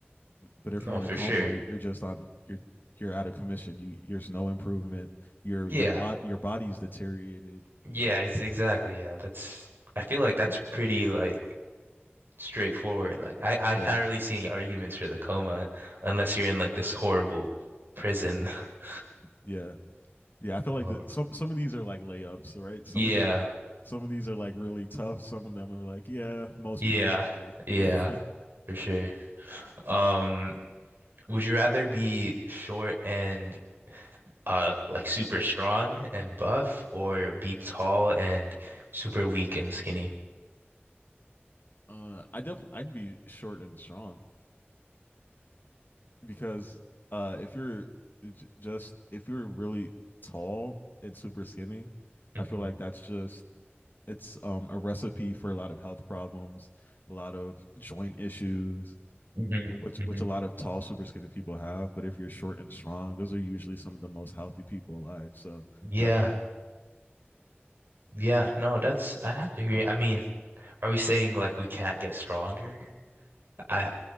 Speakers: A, on the left; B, on the right.
A: But if
B: No,
A: you're in
B: for
A: a coma,
B: sure.
A: you're just on you're you're out of commission. You there's no improvement. Your
B: Yeah,
A: your body your body's deteriorated.
B: yeah,
A: Like
B: ex exactly. Yeah, that's, I feel like that's pretty like straightforward. Like, I,
A: yeah,
B: I can't really see any arguments for the coma unless you're in like this horrible prison. <laughs>
A: yeah, yeah. I feel like
B: Well,
A: the, some some of these are like layups, right?
B: Yeah,
A: Some of the some of these are like really tough. Some of them are like yeah, most
B: yeah,
A: people would agree.
B: yeah,
A: Yeah. <laughs>
B: for sure. Um, would you rather be short and uh like super strong and buff or be tall and super weak and skinny?
A: Uh, I definitely I'd be short and strong because uh, if you're j- just if you're really tall and super skinny,
B: Mm-hmm.
A: I feel like that's just it's um, a recipe for a lot of health problems, a lot of joint issues,
B: hmm
A: which which a lot of tall, super skinny people have. But if you're short and strong, those are usually some of the most healthy people alive. So
B: Yeah.
A: definitely,
B: Yeah. No, that's, I'd have to agree. I mean, are we saying like we can't get stronger? I,